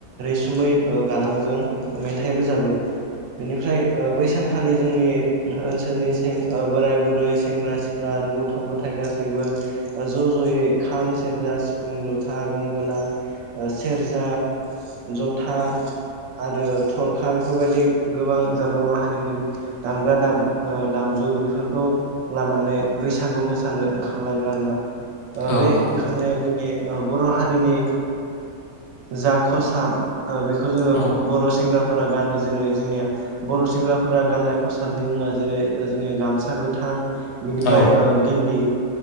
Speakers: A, on the right; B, on the left.
A: रैसुमै गारांजों मेथाइ रोजाबो। बिनिफ्राय बै सान खालि जोंनि ओनसोलनिें बोराइ बुरै सेंग्रा सिख्ला आरो गथ' गथाय गासैबो ज' ज'यै खाम सेरजा सिफुं जथा गंगोना सेरजा जथा आरो थरखा बेफोरबायदि गोबां जा बर' हारिनि दामग्रा दामजु बेफोरखौ लानानै बैसागु मोसानो ओंखारलाङो आरोोना
B: औ
A: बे
B: नंगौ
A: ओंखारनायाव जोंनि बर' हारिनि जा खसाब बेखौ जोङो
B: औ
A: बर' सेंग्राफोरा गानो। जेरै जोंनिया बर' सेंग्राफोरा गाननाय खसाबनि मुङा जेरै जोंनिया गामसा गोथां बिनिफ्राय
B: औ
A: गिन्दि